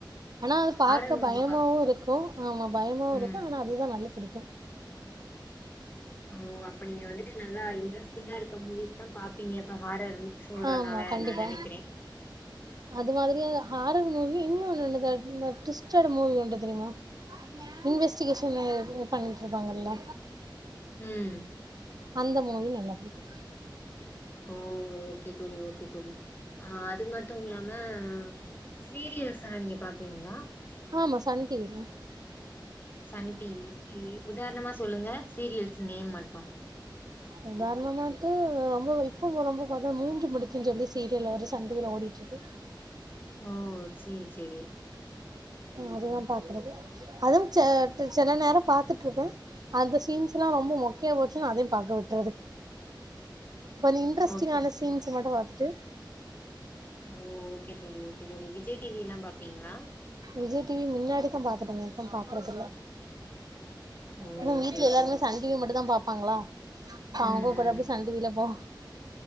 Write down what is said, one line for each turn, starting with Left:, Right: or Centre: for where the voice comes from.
Right: ஆனா அது
Left: ஹாரர்
Right: பாக்க
Left: மூவி
Right: பயமாவும்
Left: பாப்பீங்களா
Right: இருக்கும் ஆமா பயமாவும்
Left: ம்
Right: இருக்கும் ஆனா அதுதா நல்லா பிடிக்கும்
Left: ஓ அப்ப நீங்க வந்துட்டு நல்லா இன்ட்ரெஸ்டிங்கா இருக்க மூவிஸ் தா பாப்பீங்க இப்ப ஹாரர் சொல்றனால
Right: ஆமா கண்டிப்பா
Left: நா நெனைக்கிறே
Right: அது மாதிரியா ஆஹாரர் மூவி இன்னு உம் இந்த த ந்த டுவிஸ்டேட் மூவி உண்டு தெரியுமா இன்வெஸ்டிகேஷன் பண்ணிட்டு இருப்பாங்கல்ல
Left: உம்
Right: அந்த மூவி நல்லா புடிக்கு
Left: ஓ ஓகே தோழி ஓகே தோழி ஆஹ் <unintelligible> ட்டும் இல்லாம சீரியல்ஸ்லா நீங்க பாப்பீங்களா
Right: ஆமா சன் டிவில
Left: சன் டிவி இ‌ உதாரணமா சொல்லுங்க சீரியல்ஸ் நேம் மட்டு
Right: உதாரணம் வந்து ரொம்ப இப்பவும் ரொம்ப பாத்தா மூன்று முடிச்சுனு சொல்லி சீரியல ஒரு சன் டிவில ஓடிட்டு இருக்கு
Left: ஓ சேரி செரி
Right: அதுதா பாக்குறது அதுவு சில நேரம் பாத்துட்டு இருப்ப அந்த சீன்ஸ்லா எல்லா ரொம்ப மொக்கையா போச்சுன்னா அதயும் பார்க்க விட்றது கொஞ்ச இன்ட்ரஸ்டிங்கான
Left: ஓகே
Right: சீன்ஸ் மட்டும் து
Left: ஓ ஓகே தோழி ஓகே தோழி விஜய் டிவி எல்லா பாப்பிங்களா
Right: விஜய் டிவி மின்னாடி தா பாத்துட்டு இருந்த இப்ப பாக்குறது
Left: ஓ
Right: இல்ல
Left: ஓகே
Right: வீட்ல
Left: ஓகே
Right: எல்லாருமே
Left: தோழி
Right: சன் டிவி மட்டும் தா பாப்போ பாங்களா அப்போ
Left: ம்
Right: அவங்க
Left: ம்
Right: கூட போய் சன் டிவில போ